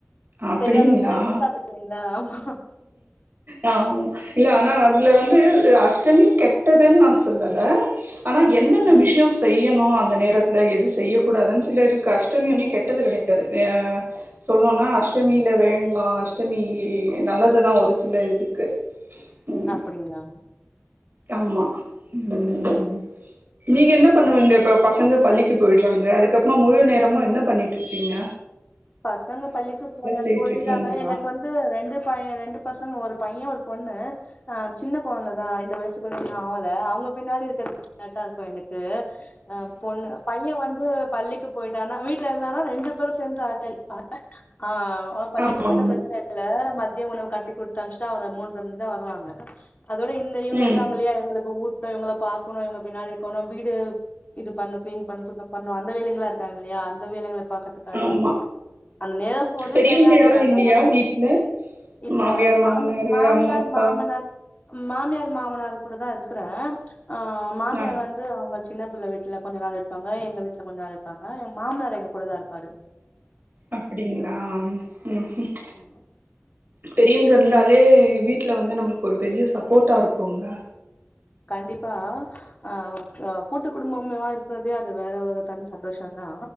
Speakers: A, on the right; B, on the left.
A: அப்டிங்களா
B: தெரியாதவங்களா இருக்கீங்களா ஆமா
A: அ இல்ல ஆனா அதுல வந்து அ ஷ்டமி கெட்டதுன் நான் சொல்லல ஆனா என்னென்ன
B: ம்
A: விஷயோ செய்யணு அந்த நேரத்துல எது செய்யக்கூடாதுன் சில இருக்கு அஷ்டமி ஒன்னு கெட்டது கெடையாது ஆ சொல்ணுனா அஷ் அஷ்டமில வேண்ட்லா அஷ்டமி நல்லதுதா ஒரு சில இதுக்கு ம்
B: அப்டிங்களா
A: ஆமா ம் நீங்க என்ன பண்ணுவீங்க இப்போ பசங்க பள்ளிக்கு போயிட்றாங்க அதுக்கப்மா முழு நேரமு என்ன பண்ணிட்ரூப்பீங்க
B: பசங்க பள்ளிக்கு போ
A: செய்ட்டு
B: போயிர்றாங்க
A: இருக்கீங்களா
B: எனக்கு வந் து ரெண்டு பைய ரெண்டு பசங்க ஒரு பைய ஒரு பொண்ணு ஆ சின்ன கொழந்த தா ரெண்டு வயசு கூட இன்னு ஆவல அவுங்க பின்னாடி சு த்றதுக்கு கரெக்ட்டா இருக்கு எனக்கு அ பொண்ணு பைய வந்து பள்ளிக்கு போயிட்டானா வீட்ல இருந்தானா ரெண்டு பேரு சேந்து அரட்ட அடிப்பாங்க ஆ ஒ பள்ளிக்கு
A: ஆமா
B: போய்ட்டா
A: ஆமா
B: ப்ரச்சன இல்ல மதிய உணவு கட்டி குடுத்து அனுப்ச்ட்டா அவரு மூன்ற மணிக்தா வருவாங்க அதோட இந்த இவுங்க
A: ம்
B: இருக்காங்க இல்லயா இவுங்களுக்கு ஊட்ணு இவங்கள பாக்கணு இவுங்க பின்னாடி இருக்கணு வீடு இது பண்ணு கிளீன் பண்ணு சுத்தம் பண்ணு அந்த வேலைங்ளா இருக்காங் இல்லயா அந்த வேலைகள பாக்கது கரக்ட்டா
A: ஆமா
B: இருக்கு அந்த நேரம் போறதே
A: பெரியவங்க
B: தெரியாது
A: யாரும்
B: அந்தம்மா
A: இல்லையா வீட்ல
B: இல்ல
A: மாமியார்
B: மாம்
A: மாமனாரு
B: மாமியார்
A: அம்மா அப்பா
B: மாமனார் மாமியார் மாமனார் கூட தா இருக்றே அ மாமியார்
A: ஆ
B: வந்து அவுங்க சின்ன பிள்ள வீட்ல கொஞ்ச நாள் இருப்பாங்க எங்க வீட்ல கொஞ்ச நாள் இருப்பாங்க எங் மாமனார் எங்க கூடதா இருப்பாரு
A: அப்டிங்களா ம் ம்
B: ம்மா
A: பெரியவங்க இருந்தாலே வீட்ல வந்து நம்மளுக்கு ஒரு பெரிய சப்போட்டா இருக்குங்க
B: கண்டிப்பா ஆ ஒரு ஆ கூட்டு குடும்பம்பா இருக்றது அது வேற ஒரு தனி சந்தோஷந்தா